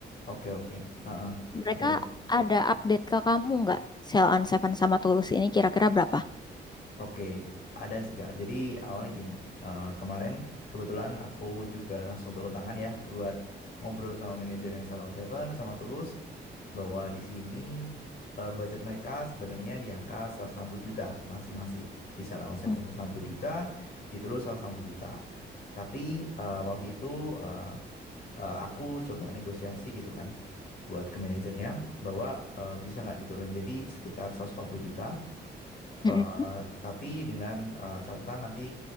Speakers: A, on the left; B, on the left.
A: Oke oke. Heeh,
B: Mereka
A: Betul.
B: ada update ke kamu nggak? Sell on Seven sama Tulus ini kira-kira berapa?
A: Oke, ada sih Kak. Jadi awalnya gini, eh, kemarin kebetulan aku juga langsung turun tangan ya buat ngobrol sama manajernya Salon Seven sama Tulus bahwa di sini eh, budget mereka sebenarnya di angka 160 juta masing-masing. Di Salon Seven
B: Oh,
A: 160 juta, di Tulus 160 juta. Tapi eh, waktu itu eh, eh, aku coba negosiasi gitu kan buat ke manajernya bahwa eh, bisa nggak diturun jadi sekitar 140 juta.
B: Mm-mm.
A: Eh, tapi dengan eh, catatan nanti